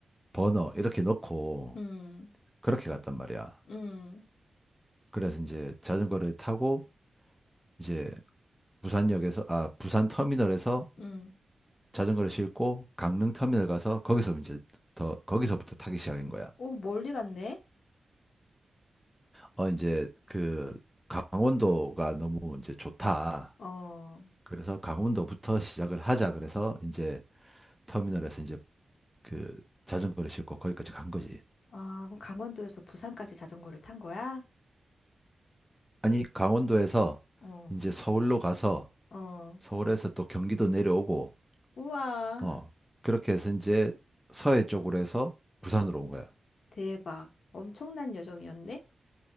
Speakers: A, in the centre; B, on the left (about 80°).
A: 버너 이렇게 넣고
B: 음,
A: 그렇게 갔단 말이야.
B: 음,
A: 그래서 이제 자전거를 타고 이제 부산역에서 아 부산 터미널에서
B: 음.
A: 자전거를 싣고 강릉 터미널 가서 거기서 이제 더 거기서부터 타기 시작인 거야.
B: 오, 멀리 갔네?
A: 어, 이제 그 강원도가 너무 이제 좋다.
B: 어,
A: 그래서 강원도부터 시작을 하자. 그래서 이제 터미널에서 이제 그 자전거를 싣고 거기까지 간 거지.
B: 아, 그럼 강원도에서 부산까지 자전거를 탄 거야?
A: 아니, 강원도에서
B: 어,
A: 이제 서울로 가서
B: 어.
A: 서울에서 또 경기도 내려오고,
B: 우와,
A: 어, 그렇게 해서 이제 서해 쪽으로 해서 부산으로 온 거야.
B: 대박. 엄청난 여정이었네?